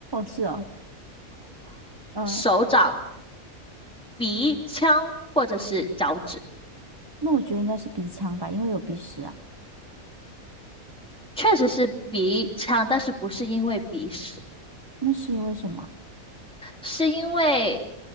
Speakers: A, on the right; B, in the centre.
A: 是哦，嗯，
B: 手掌、鼻腔或者是脚趾，
A: 那我觉得应该是鼻腔吧，因为有鼻屎啊。
B: 确实是鼻腔，但是不是因为鼻屎。
A: 那是因为什么？
B: 是因为